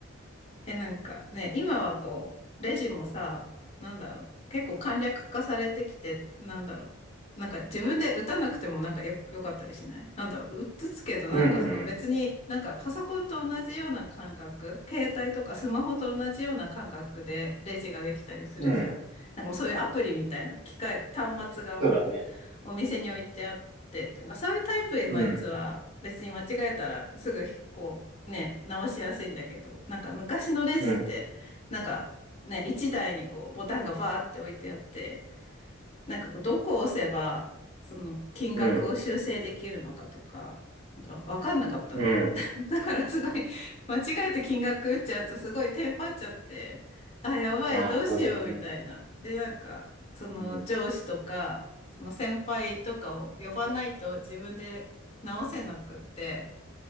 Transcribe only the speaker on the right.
うん、
うん、うん、
そうだね。
うん、
うん、
うん、
うん。
ああ、
そうだよね。
うん。